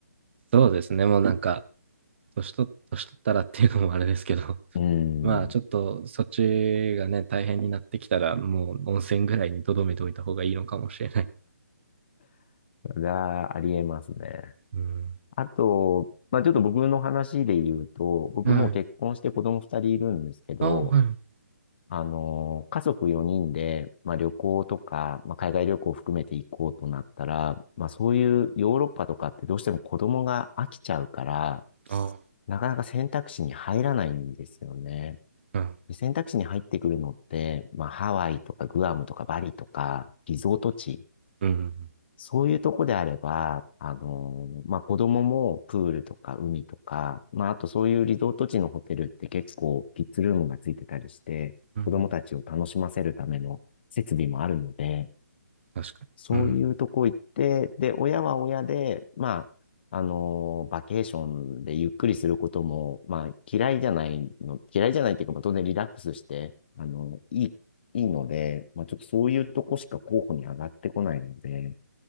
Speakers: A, on the right (about 40°); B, on the left (about 35°).
A: そうですね、もうなんか、年取年取ったらっていうのもあれですけど、
B: うーん。
A: <laughs> まあちょっとそっちがね、大変になってきたら、もう温泉ぐらいにとどめておいた方がいいのかもしれない。
B: がありえますね。
A: うん。
B: あと、まあ、ちょっと僕の話で言うと、僕もう結婚して子供2人いるんですけど、
A: うん。あ、はい。
B: あの、家族4人で、まあ、旅行とか、まあ、海外旅行を含めて行こうとなったら、まあ、そういうヨーロッパとかってどうしても子供が飽きちゃうから、
A: あ
B: なかなか選択肢に入らないんですよね。
A: うん。
B: で選択肢に入ってくるのって、まあ、ハワイとかグアムとかバリとか、リゾート地
A: うん。うん
B: そういうとこであれば、あのーまあ、子供もプールとか海とか、まあ、あとそういうリゾート地のホテルって結構キッズルームがついてたりして、
A: うんうん
B: 子供たちを楽しませるための設備もあるので、
A: 確かに。
B: そういうとこ行って、
A: うん。
B: で、親は親で、まあ、あのーバケーションでゆっくりすることも、まあ、嫌いじゃないの、嫌いじゃないっていうか、まあ、当然リラックスして、あの、いい、いいので、まあ、ちょっとそういうとこしか候補に上がってこないので、